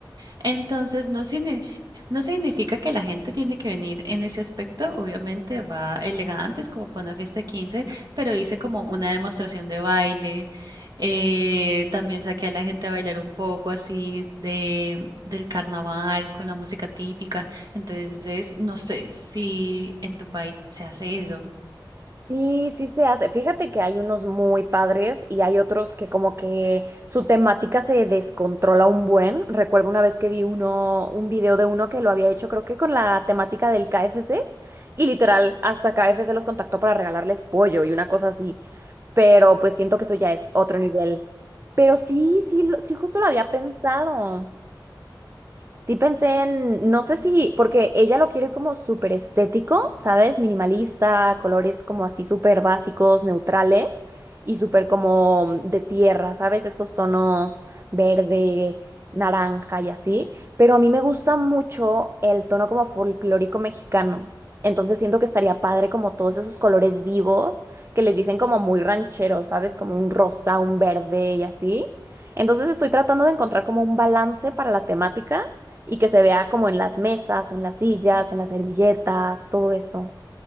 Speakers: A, on the right; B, on the right.
A: Entonces, no, signi- no significa que la gente tiene que venir en ese aspecto. Obviamente va elegantes como para una fiesta de 15, pero hice como una demostración de baile. eh, también saqué a la gente a bailar un poco así de, del carnaval con la música típica. Entonces, no sé si en tu país se hace eso.
B: Sí, sí se hace. Fíjate que hay unos muy padres y hay otros que como que su temática se descontrola un buen. Recuerdo una vez que vi uno, un video de uno que lo había hecho, creo que con la temática del KFC y literal hasta KFC los contactó para regalarles pollo y una cosa así. Pero pues siento que eso ya es otro nivel. Pero sí, sí, lo- sí justo lo había pensado. Sí pensé en, no sé si, porque ella lo quiere como súper estético, ¿sabes? Minimalista, colores como así súper básicos, neutrales y súper como de tierra, ¿sabes? Estos tonos verde, naranja y así. Pero a mí me gusta mucho el tono como folclórico mexicano. Entonces siento que estaría padre como todos esos colores vivos que les dicen como muy rancheros, ¿sabes? Como un rosa, un verde y así. Entonces estoy tratando de encontrar como un balance para la temática y que se vea como en las mesas, en las sillas, en las servilletas, todo eso.